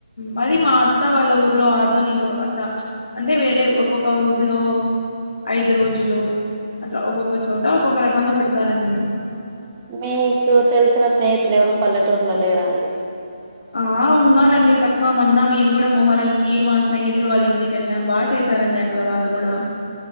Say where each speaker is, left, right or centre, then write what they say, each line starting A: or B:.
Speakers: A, on the left; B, on the right.
A: మరి మా అత్తా వాళ్ళ ఊర్లో ఆదోనిలో అట్లా. అంటే వేరే ఒక్కొక్క ఊర్లో. ఐదు రోజులు అట్లా ఒక్కొక్క చోట ఒక్కొక్క రకంగా పెడతారండి.
B: మీకు తెలిసిన స్నేహితులు ఎవరు పల్లెటూరులో లేరా అండి.
A: ఆ ఉన్నారండి తక్కువ మన్న మేము కూడా మొహరంకి మా స్నేహితులు వాళ్ళ ఇంటికెళ్ళాం బాగా చేశారండి అ. అక్కడ వాళ్ళు కూడా.